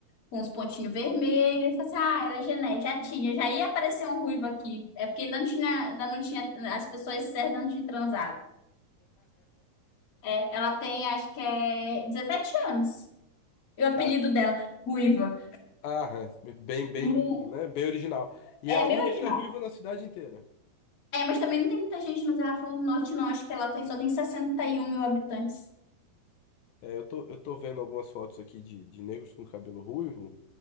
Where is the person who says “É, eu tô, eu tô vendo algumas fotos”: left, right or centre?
Left